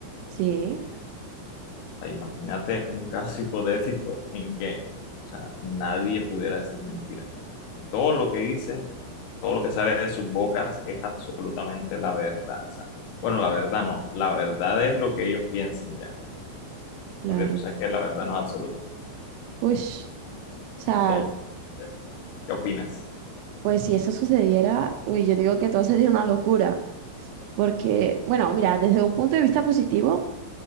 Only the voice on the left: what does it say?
O sea, imagínate un caso <laughs> hipotético en que, o sea, nadie pudiera decir mentiras. O sea, todo lo que dice, todo lo que sale de sus bocas es absolutamente la verdad. O sea, bueno, la verdad no, la verdad es lo que ellos piensen ya.
porque tú sabes que la verdad no es absoluta.
Entonces, ¿qué opinas?